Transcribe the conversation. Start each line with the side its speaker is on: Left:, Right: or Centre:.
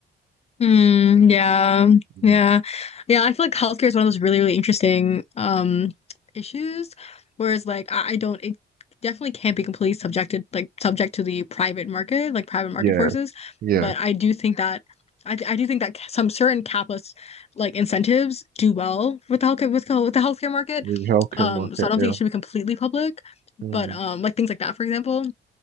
Left: Mm, yeah,
Right: Mm.
Left: yeah, yeah. I feel like healthcare is one of those really, really interesting um issues. Whereas, like, I, I don't, it definitely can't be completely subjected, like, subject to the private market, like private
Right: Yeah,
Left: market forces.
Right: yeah.
Left: But I do think that I, I do think that some certain capitalist like incentives do well with the healthcare with, the- with the healthcare market.
Right: The healthcare
Left: Um,
Right: market,
Left: so I don't
Right: yeah.
Left: think it should be completely public,
Right: Mm.
Left: but um, like things like that, for example.